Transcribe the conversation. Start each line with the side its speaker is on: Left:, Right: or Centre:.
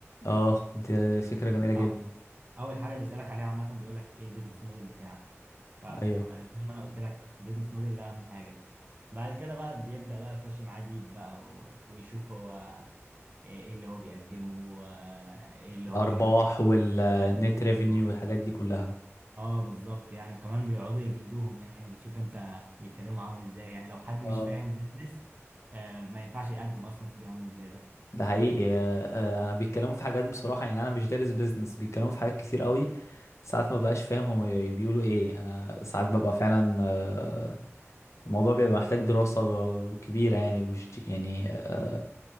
Left: اه دي فكرة جميلة جدا
Right: او اول حاجه بيسالك عليها عامه بيقول لك ايه البيزنس موديل بتاعك فزي
Left: ايوه
Right: ما انا قلت لك البيزنس موديل ده اهم حاجه بعد كده بقى بيبدا بقى يخش معاه ديب بقى و- ويشوف هو ايه إيه اللي هو بيقدمه وايه اللي
Left: الارباح
Right: هو
Left: والنت
Right: <laughs>
Left: ريفينيو والحاجات دي كلها
Right: اه بالظبط يعني وكمان بيقعدوا يجلدوهم يعني بتشوف انت بيتكلموا معاهم ازاي يعني لو حد مش
Left: اه
Right: فاهم البيزنس آه، ما ينفعش يقدم اصلا في بيهايند زي ده
Left: ده حقيقي آه، آه، انا بيتكلموا في حاجات بصراحة يعني انا مش دارس بيزنس بيتكلموا في حاجات كتير قوي ساعات ما بقاش فاهم هم بيقولوا ايه انا ساعات ببقى فعلا آه، الموضوع بيبقى محتاج دراسة كبيرة يعني وش يعني آه،